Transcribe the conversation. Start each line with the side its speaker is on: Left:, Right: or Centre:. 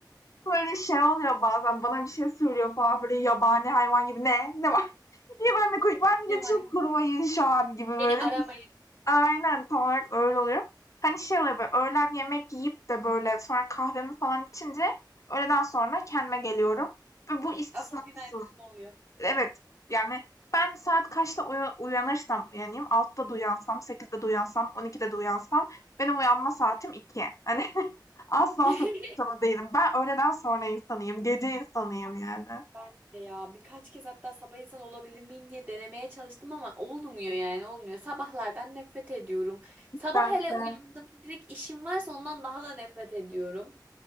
Left: Böyle şey oluyor bazen, bana bir şey söylüyor falan böyle yabani hayvan gibi. "Ne? Ne var?" Niye benimle konuş? Ben
Right: Ne
Left: iletişim
Right: var?
Left: kurmayın şu an gibi böyle
Right: Beni aramayın.
Left: düşün. Aynen tam olarak öyle oluyor. Hani şey oluyor böyle öğlen yemek yiyip de böyle sonra kahvemi falan içince öğleden sonra kendime geliyorum. Ve bu istisnasız.
Right: Asıl günaydınız oluyor.
Left: Evet yani ben saat kaçta uya- uyanırsam uyanayım. altıda da uyansam, sekizde de uyansam, 12'de de uyansam benim uyanma saatim iki Hani <laughs> asla
Right: <laughs>
Left: sapık insanı değilim. Ben öğleden sonra insanıyım. Gece insanıyım yani.
Right: Ben de ya birkaç kez hatta sabah insan olabilir miyim diye denemeye çalıştım ama olmuyor yani olmuyor. Sabahlardan nefret ediyorum. Sabah
Left: Ben
Right: hele
Left: de.
Right: uyandığımda direkt işim varsa ondan daha da nefret ediyorum.